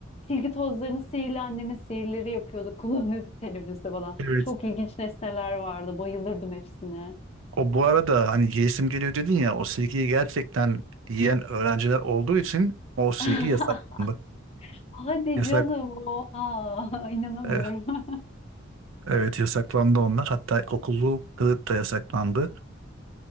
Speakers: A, on the left; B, on the right.
A: Silgi tozlarını sihirli annemin sihirleri yapıyorduk. <laughs> Kullanıyorduk teneffüste falan.
B: Evet.
A: Çok ilginç nesneler vardı. Bayılırdım hepsine.
B: O bu arada hani yiyesim geliyor dedin ya o silgiyi gerçekten yiyen öğrenciler olduğu için o silgi
A: <laughs>
B: yasaklandı.
A: Hadi
B: Yasak,
A: canım. Oha. <laughs> inanamıyorum.
B: e,
A: <laughs>
B: evet yasaklandı onlar. Hatta okullu kılık da yasaklandı.